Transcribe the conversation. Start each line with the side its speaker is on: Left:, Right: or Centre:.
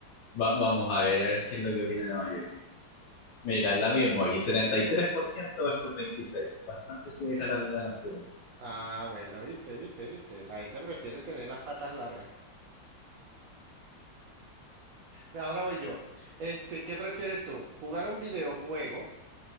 Left: Va- vamos a ver, a ver qué es lo que opina la mayoría. Mira, la misma aquí, 73% versus 26%, bastante similar a la, a la anterior.
Right: Ah, bueno, viste, viste, viste. La gente prefiere tener las patas largas. Ve, Ahora voy yo. Este, ¿qué prefieres tú? ¿Jugar un videojuego